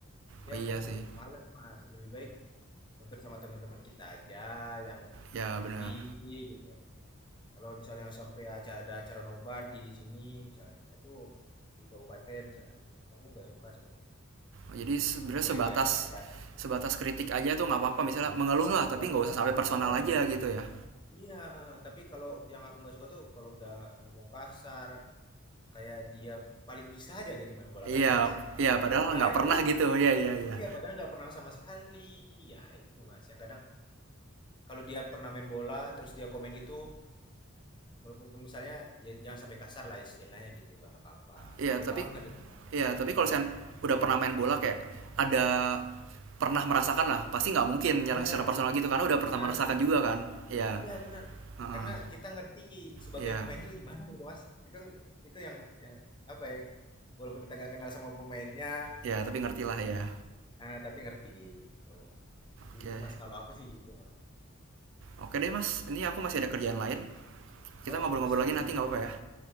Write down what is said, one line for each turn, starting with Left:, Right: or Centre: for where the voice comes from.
Left: jadi
Right: oh iya
Left: aku
Right: sih
Left: males mas lebih baik nonton sama teman-teman kita aja yang
Right: ya
Left: ngerti
Right: benar
Left: gitu Kalau misalnya sampai aja ada acara nobar di sini misalnya, itu di kabupaten misalnya, aku nggak suka sebenarnya.
Right: jadi sebenarnya
Left: Boleh
Right: sebatas
Left: diajak aja.
Right: sebatas kritik aja tuh nggak apa-apa misalnya mengeluh lah tapi
Left: Nggak apa-apa,
Right: nggak usah sampai
Left: Mas.
Right: personal
Left: Iya,
Right: aja gitu ya
Left: iya. eh. Tapi kalau yang aku nggak suka tuh kalau udah ngomong kasar, kayak dia paling bisa aja gitu main bola,
Right: iya
Left: ngerti nggak, Mas?
Right: iya padahal
Left: Nah,
Right: nggak
Left: itu
Right: pernah gitu iya iya iya
Left: iya padahal nggak pernah sama sekali. Ya, itu Mas. Yang kadang kalau dia pernah main bola terus dia komen gitu, walaupun misalnya ya jangan sampai kasar lah istilahnya gitu, nggak apa-apa.
Right: iya
Left: Boleh
Right: tapi
Left: banget itu, Mas.
Right: iya
Left: Kritik
Right: tapi
Left: itu
Right: kalau saya
Left: boleh banget.
Right: udah pernah main bola kayak ada pernah merasakan lah pasti nggak mungkin nyerang
Left: Ya,
Right: secara personal gitu karena udah pernah
Left: Nah,
Right: merasakan juga kan iya
Left: iya benar.
Right: heeh,
Left: Karena kita ngerti sebagai
Right: iya
Left: pemain itu gimana gitu Mas. Itu itu yang yang apa ya? Walaupun kita nggak kenal sama pemainnya,
Right: iya tapi ngerti lah ya
Left: ah, tapi ngerti gitu. Gitu
Right: oke
Left: Mas. Kalau aku sih gitu Mas.
Right: oke deh mas ini aku masih ada kerjaan lain kita
Left: Oke
Right: ngobrol-ngobrol
Left: siap
Right: lagi
Left: Mas.
Right: nanti nggak apa-apa ya